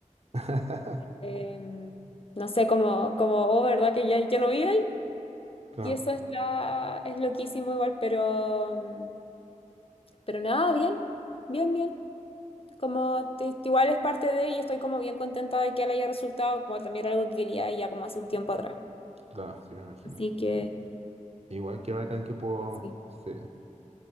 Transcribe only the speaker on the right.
<laughs>
Claro,
claro, sí me imagino.
Igual que bacán que puedo
sí,